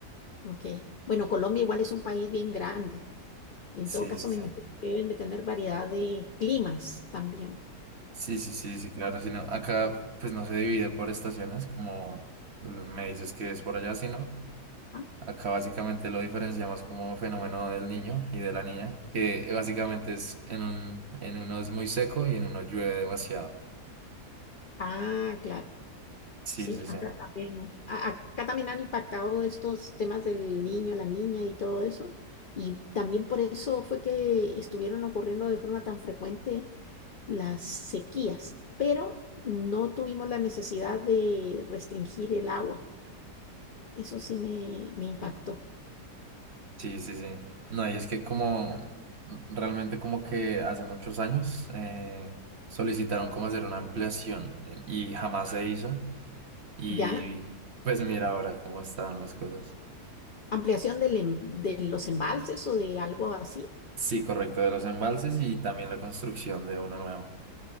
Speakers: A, on the left; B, on the right.
A: ok. Bueno, Colombia igual es un país bien grande. En
B: Sí,
A: todo caso,
B: sí, sí.
A: me imagino que deben de tener variedad de climas también.
B: Sí, sí, sí, sí, claro, si no, acá pues no se divide por estaciones, como me dices que es por allá, sino
A: Ah,
B: acá básicamente lo diferenciamos como fenómeno del niño y de la niña, que básicamente es en un, en uno es muy seco y en uno llueve demasiado.
A: ah, claro.
B: Sí,
A: Sí,
B: sí, sí,
A: acá también, a- acá también han impactado estos temas del niño, la niña y todo eso. Y también por eso fue que estuvieron ocurriendo de forma tan frecuente las sequías, pero no tuvimos la necesidad de restringir el agua. Eso sí me, me impactó.
B: sí, sí, sí. No, y es que como realmente como que hace muchos años eh, solicitaron como hacer una ampliación eh, y jamás se hizo y
A: ¿Ya?
B: pues mira ahora cómo están las cosas.
A: ¿Ampliación del em- de los embalses o de algo así?
B: Sí, correcto, de los embalses y también la construcción de uno nuevo.